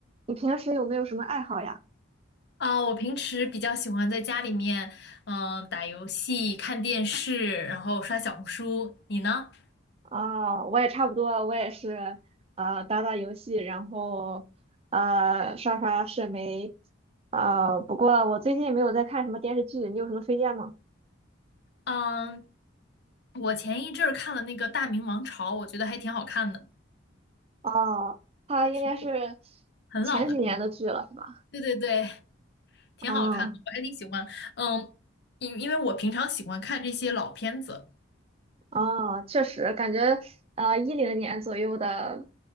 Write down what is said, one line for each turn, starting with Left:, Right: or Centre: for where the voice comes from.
Right: 你平时有没有什么爱好呀？
Left: 啊，我平时比较喜欢在家里面，嗯，打游戏、看电视，然后刷小红书。你呢？
Right: 啊，我也差不多，我也是，呃，打打游戏，然后，呃，刷刷社媒，啊，不过我最近没有在看什么电视剧，你有什么推荐吗？
Left: 嗯，我前一阵儿看了那个《大明王朝》，我觉得还挺好看的，
Right: 哦，它应该是
Left: 是一部很老的片子。
Right: 前几年的剧了，是吧？
Left: 对对对，挺好看的，
Right: 啊
Left: 我还挺喜欢。嗯，因因为我平常喜欢看这些老片子。
Right: 啊，确实，感觉呃一零年左右的，